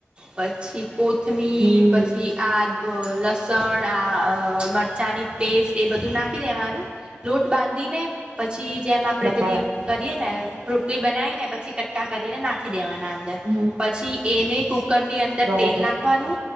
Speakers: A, on the right; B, on the right.
A: પછી કોથમીર,
B: હમ
A: પછી આ અહ લસણ, આ અહ મરચાંની પેસ્ટ એ બધું નાખી દેવાનું, લોટ બાંધીને પછ છી જેમ આપણે
B: બરાબર
A: પેલી કરીએ ને રોટલી બનાઈ ને પછી કટકા કરીને નાખી દેવાન ના અંદર.
B: હમ
A: પછી એને કુકર ની અંદર
B: બરાબર
A: તેલ નાખવાનું